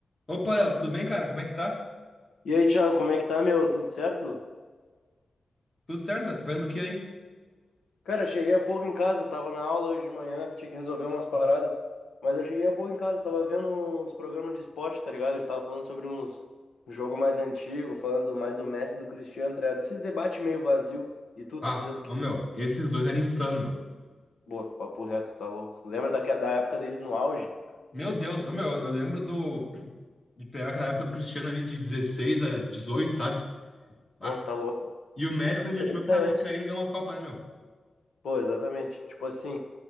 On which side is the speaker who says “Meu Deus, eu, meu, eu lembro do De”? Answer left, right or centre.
Left